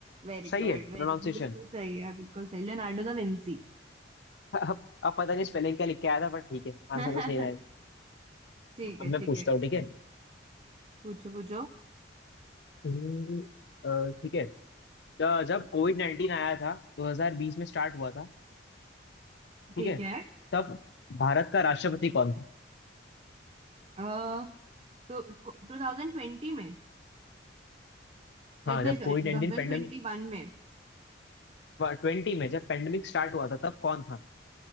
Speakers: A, on the right (about 30°); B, on the left (about 65°).
A: वेरी
B: सही
A: गुड
B: है
A: वेरी
B: प्रोनाउंसिएशन
A: गुड बिल्कुल सही है बिल्कुल सही Leonardo da Vinci
B: अब अब पता नहीं स्पेलिंग क्या लिख के आया था पर ठीक है
A: <laughs>
B: आंसर तो सही रहा है
A: ठीक है
B: अब मैं
A: ठीक
B: पूछता
A: है
B: हूँ ठीक है
A: पूछो पूछो
B: हम्म, अ, ठीक है ज- जब कोविड नाइन्टीन आया था 2020 में स्टार्ट हुआ था
A: ठीक
B: ठीक है
A: है
B: तब भारत का राष्ट्रपति कौन था
A: अह तो 2020 में
B: हाँ
A: या नहीं
B: जब
A: 2021
B: कोविड नाइन्टीन पेंडेमिक
A: में
B: ट्वेंटी में जब पेंडेमिक स्टार्ट हुआ था तब कौन था